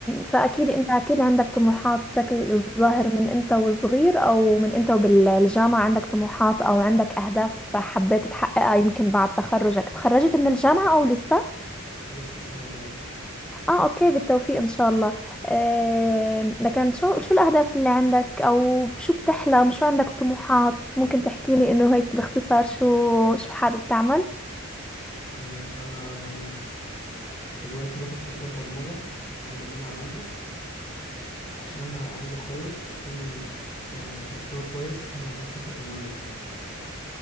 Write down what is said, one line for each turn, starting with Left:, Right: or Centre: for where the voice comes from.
Centre: فأكيد أنت أكيد عندك طموحات شكل الظاهر من أنت وصغير أو من أنت وبالجامعة عندك طموحات أو عندك أهداف حبيت تحققها يمكن بعد تخرجك تخرجت من الجامعة أو لسه؟
Left: لسه السنة الجاية
Centre: آه أوكي بالتوفيق إن شاء الله آه، لكن شو شو الأهداف اللي عندك أو شو بتحلم شو عندك طموحات ممكن تحكي لي إنه هيك باختصار شو شو حابب تعمل؟
Left: تمام انا دلوقتي باخد كورسات برمجة جنب الجامعة عندي عشان أنا عايز أخلص أكون يعني في مستوى كويس عشان أنا عايز أسافر ألمانيا بصراحة